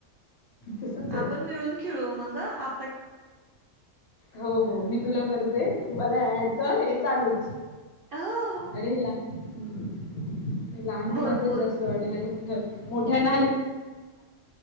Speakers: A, on the left; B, on the right.
A: तसच आहे.
B: आपण मिळून खिळू मग आ.
A: हो हो मी तुला करते तु मला ऍड कर हे चालूच
B: हो
A: अरे लान लहान मुलांच
B: भरपूर
A: जास्त वाढलं ह. मोठ्याना